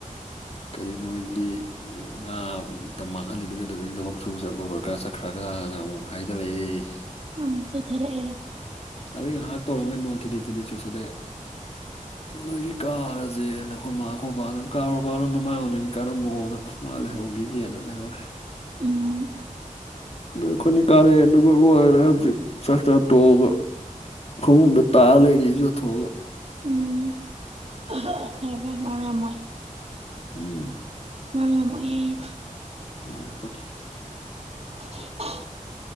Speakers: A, on the left; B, on the right.
A: ꯀꯔꯤꯅꯣ ꯍꯥꯏꯗꯤ ꯉꯥꯇ ꯃꯥꯡꯍꯜꯂꯤꯗꯣ ꯀꯩꯗꯧꯕꯩꯅꯤ ꯂꯧꯕꯛ ꯆꯨꯕ ꯆꯠꯂꯨꯔꯒ ꯉꯁꯥꯏ ꯈꯔꯒꯅ ꯑꯃꯨꯛ ꯍꯥꯏꯊꯔꯛꯏꯦ
B: ꯑꯥ ꯆ ꯆꯩꯊꯔꯛꯑꯦ
A: ꯑꯗꯩ ꯉꯥꯏꯍꯥꯛ ꯇꯧꯔꯝꯃꯦ ꯅꯣꯡ ꯊꯤꯗꯤ ꯊꯤꯗꯤ ꯆꯨꯁꯂꯦ ꯑꯒꯤ ꯀꯥꯔꯁꯦ ꯅꯈꯣꯏ ꯃꯥ ꯑꯩꯈꯣꯏꯕꯥꯅ ꯀꯥꯔꯣ ꯀꯥꯔꯣ ꯅꯣꯡꯃꯥꯏꯔꯅꯣꯏꯅꯤ ꯀꯥꯔꯝꯃꯛꯛꯑꯣꯅ ꯃꯥ ꯂꯩꯍꯧꯈꯤꯒꯦꯅ ꯂꯩꯍꯧꯔꯦ
B: ꯎꯝ
A: ꯑꯗꯩ ꯑꯩꯅꯤ ꯀꯥꯔꯦ ꯑꯗꯨꯒ ꯂꯣꯏꯔꯦ ꯍꯧꯖꯤꯛ ꯆꯥꯛ ꯆꯥ ꯇꯣꯛꯑꯒ ꯐꯃꯨꯡꯗ ꯇꯥꯔ ꯂꯩꯔꯤ ꯏꯖꯨꯖꯊꯣꯛꯑꯒ
B: ꯎꯝ <unintelligible> ꯐꯔꯦ ꯐꯔꯦ ꯃꯔꯝ ꯌꯥꯝ ꯃꯣꯏ
A: ꯍꯝ
B: ꯃꯔꯝ ꯌꯥꯝ ꯃꫭꯛꯑꯦ
A: ꯃꫭꯛꯄꯅꯦ
B: <inaudible>